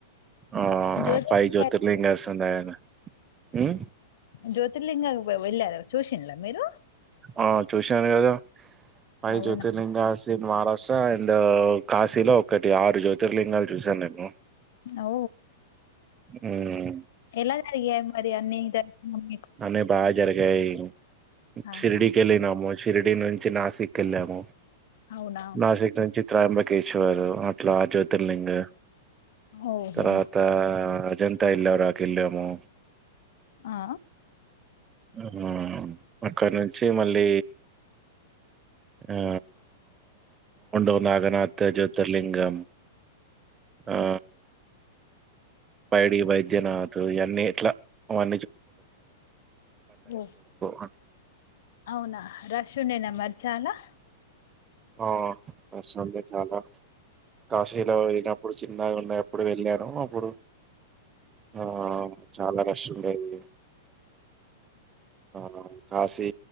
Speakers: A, on the right; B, on the left.
A: ఆహ్,
B: జ్యోతిర్లింగ
A: జ్యోతిర్లింగాస్ ఉన్నాయండి. హ్మ్.
B: జ్యోతిర్లింగ వెళ్ళారు చూసింలా మీరు
A: అ చూసాను కదా అయి
B: అవునా
A: జ్యోతిర్లింగసిన్ మహారాష్ట్ర ఇం కాశీలో ఒకటి ఆరు జ్యోతిర్లింగాలు చూశాను నేను
B: ఓ
A: మ్మ్
B: ఎలా జరికి అ మరి అన్నీ ఇద మమ్
A: అనే బాగా జరిగాయి అ
B: ఆహా
A: శిర్డి కలినామో ర్డి నుంచి నాసిక్ వెళ్ళాము
B: అవునా
A: నాసిక్ ను చిత్రయంబ ఇట్లా జ్యోతిర్లింగ
B: ఓహో
A: తర్వాత అజంత ఎల్ ఆకిలిమో
B: ఆ
A: ఆ అక్కడి నుంచి మళ్ళీ ఆ ఉండో నాగనా త జత లింగం ఆ పైడి వైద్యనాతు అ ఎట్లా అ
B: ఓ
A: అని
B: అవునా రష్ నేనా మర్చాలా
A: ఆ ఆ వస్తుంది చాలా కాశీలో వోయినాం ఇప్పుడు చిన్నగా ఉన్నప్పుడు వెళ్ళాను అప్పుడు ఆ చాలా రష్ ఉండేది. ఆ కాశీ